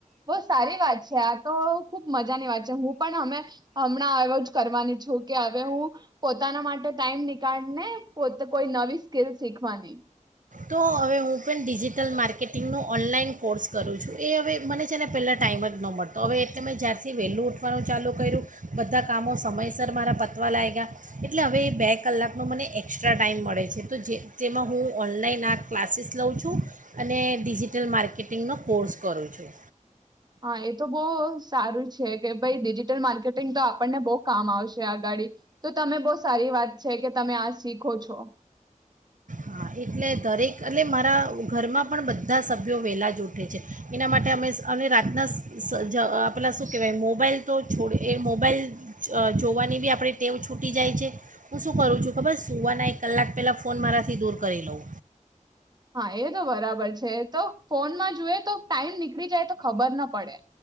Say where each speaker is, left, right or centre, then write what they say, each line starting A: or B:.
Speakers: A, on the right; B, on the right.
A: બહ સારી વાત છે આ તો ખુબ મજાની વાત છે હું પણ અમે હમણાં આવ કરવાની છું કે હવે હું પોતાના માટે ટાઈમ નીકાળને પોતે કોઈ નવી સ્કીલ શીખવાની
B: તો હવે હું પણ ડિજિટલ માર્કેટિંગનો ઓનલાઈન કોર્સ કરું છું એ હવે મને છે ને પહેલાં ટાઈમ જ ન મળતો હવે એટલે મેં જ્યારથી વહેલું ઉઠવાનું ચાલુ કર્યું બધા કામો સમયસર મારા પતવા લાગ્યા એટલે હવે એ બે કલાકનો મને એકસ્ટ્રા ટાઈઇમ મળે છે તો જે તેમાં હું ઓનલાઈન ના ક્લાસીસ લઉં છું અને ડિજિટલ માર્કેટિંગનો કોર્સ કરું છું
A: હા એ તો બહ સારું છે કે ભાઈ ડિજિટલ માર્કેટિંગ તો આપણને બહ કામ આવશે આગાડી તો તમે બહ સારી વાત છે કે તમે આ શીખો છો
B: હા એટલે દરેક એટલે મારા ઘરમાં પણ બધા સભ્યો વહેલા જ ઉઠે છે એના માટે અમે અને રાતના પેલાં શું કહેવાય મોબાઈલ તો છોડ એ મોબાઈલ જોવાની બી આપણી ટેવ છૂટી જાય છે હું શું કરું છું ખબર સુવાના એક કલાક પહેલાં ફોન મારા થી દૂર કરી લં
A: હા એ તો બરાબર છે તો ફોનમાં જુએ તો ટાઈમ નીકળી જાય તો ખબર ના પડે